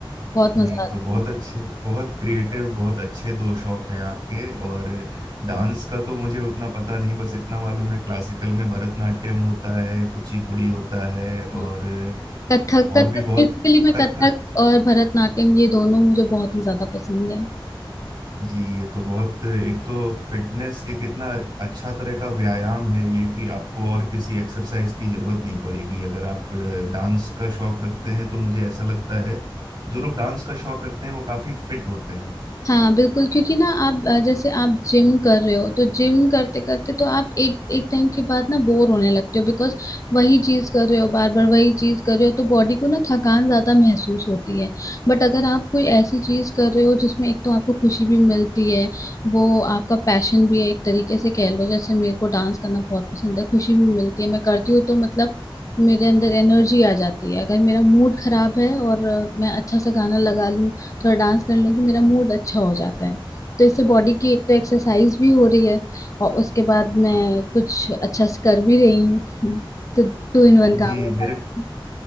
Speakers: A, on the left; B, on the right.
A: बहुत मजा
B: नहीं तो
A: आता
B: बहुत
A: है
B: अच्छे बहुत क्रिएटिव बहुत अच्छे दो शौक हैं आपके और डांस का तो मुझे उतना पता नहीं बस इतना मालूम है क्लासिकल में भरतनाट्यम होता है कुचिपुड़ी होता है और
A: हाँ। कथक
B: और
A: कथक
B: भी बहुत
A: बेसिकली मैं
B: कथक
A: कथक और भरतनाट्यम ये दोनों मुझे बहुत ही ज्यादा पसंद है
B: जी ये तो बहुत एक तो फिटनेस एक इतना अच्छा तरह का व्यायाम है ये कि आपको और किसी एक्सरसाइज की जरूरत नहीं पड़ेगी अगर आप अ, डांस का शौक रखते हैं तो मुझे ऐसा लगता है जो लोग डांस का शौक रखते हैं वो काफी फिट होते हैं
A: हाँ बिल्कुल क्योंकि ना आप अ, जैसे आप जिम कर रहे हो तो जिम करते करते तो आप एक एक टाइम के बाद ना बोर होने लगते हो बिकॉज वही चीज कर रहे हो बार बार वही चीज कर रहे हो तो बॉडी को ना थकान ज्यादा महसूस होती है बट अगर आप कोई ऐसी चीज कर रहे हो जिसमें एक तो आपको खुशी भी मिलती है वो आपका पैशन भी है एक तरीके से कह लो जैसे मेरे को डांस करना बहुत पसंद है खुशी भी मिलती है मैं करती हूँ तो मतलब मेरे अंदर एनर्जी आ जाती है अगर मेरा मूड खराब है और अ, मैं अच्छा सा गाना लगा लूँ थोड़ा डांस कर लूँ मेरा मूड अच्छा हो जाता है तो इससे बॉडी की एक तो एक्सरसाइज भी हो रही है और उसके बाद मैं कुछ अच्छा से कर भी रही हूँ तो टू इन वन
B: जी
A: काम हो
B: मेरे
A: जाता है